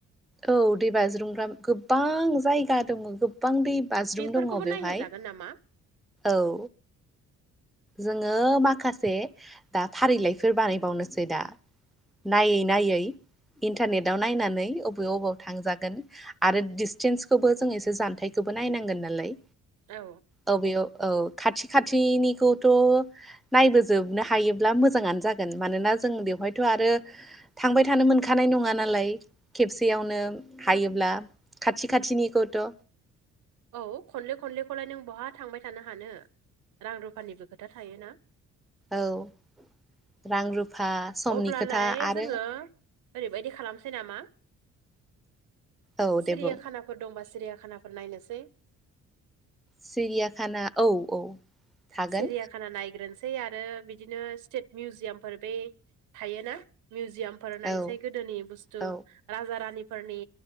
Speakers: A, in the centre; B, on the right (about 85°).
A: औ दैबाज्रुमग्रा गोबां जायगा दंङो गोबां दै बासरुम
B: बेफोरखौबो
A: दंङो बेवहाय
B: नायहैजागोन नामा
A: औ। जोंङो माखासे दा फारिलाइफोर बानायबावनोसै दा। नायै नायै इन्टारनेटाव नायनानै अबे बबेयाव थांजागोन। आरो डिसटेन्सखौबो जों एसे जानथायखौबो नायनांगोन नालाय।
B: औ।
A: औ बेयाव औ खाथि खाथिनिखौ थ' नायबोजोबनो हायोब्ला मोजांङानो जागोन मानोना जों बेवहायथ' आरो थांबाय थानो मोनखानाय नंङा नालाय खेबसेयावनो हायोब्ला खाथि खाथिनिखौथ'
B: औ खनले खनलेखौलाय नों बहा थांबाय थानो हानो। रां रुफानिबो खोथा थायोना।
A: औ रां रुफा समनि
B: अब्लालाय
A: खोथा आरो
B: जोंङो ओरैबायदि खालामसै नामा
A: औ दे
B: सिरिया
A: बुं
B: खानाफोर दंबा सिरिया खानाफोर फोर नायनोसै।
A: सिरियाखाना औ औ। थागोन
B: सिरियाखाना नायग्रोनोसै सै आरो बिदिनो स्टेट मिउजियामफोर बै थायोना मिउजियाम फोर नायसै
A: औ
B: गोदोनि बुस्थु
A: औ
B: राजा रानिफोरनि